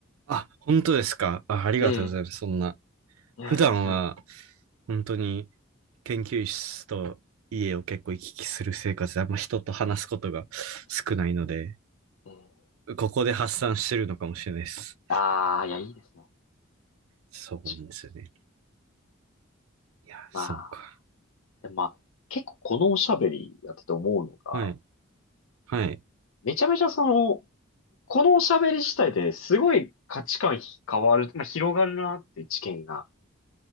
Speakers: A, on the right; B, on the left.
A: あ、本当ですか。あ、ありがとうございます。
B: ええ。
A: そんな。
B: いやいや、
A: 普段は
B: ず
A: 本当に研究室と家を結構行き来する生活であんま人と話すことが少ないので、
B: ええ。
A: ここで発散してるのかもしれないです。
B: ああ、いや、いいですね。
A: そうなんですよね。
B: 確かに。
A: いや、
B: まあ、
A: そうか。
B: でもまあ、結構このおしゃべりやってて思うのが、
A: はい。はい。
B: めちゃめちゃその、このおしゃべり自体ですごい価値観変わる、まあ、広がるなって知見が。